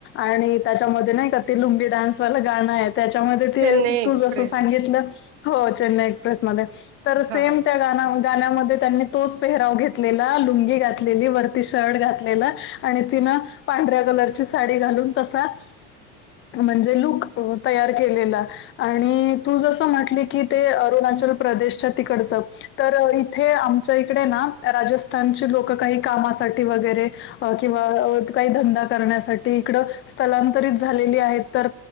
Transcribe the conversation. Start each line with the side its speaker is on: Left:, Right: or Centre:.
Left: आणि त्याच्यामध्ये नाही का ती लुंगी डान्सवालं गाणं आहेत. त्याच्यामध्ये ते
Right: चेन्नई एक्सप्रेस
Left: तू जसं सांगितलं हो चेन्नई एक्सप्रेसमध्ये. तर सेम
Right: हा.
Left: त्या गाना गाण्यामध्ये त्यांनी तोच पेहराव घेतलेला लुंगी घातलेली वरती शर्ट घातलेला आणि तिनं पांढऱ्या कलरची साडी घालून तसा म्हणजे लूक तयार केलेला आणि तू जसं म्हटली की ते अरुणाचल प्रदेशच्या तिकडचं तर इथे आमच्या इकडे ना राजस्थानची लोक काही काम वगैरे काही धंदा वगैरे करण्यासाठी स्थलांतरित झाली आहेत तर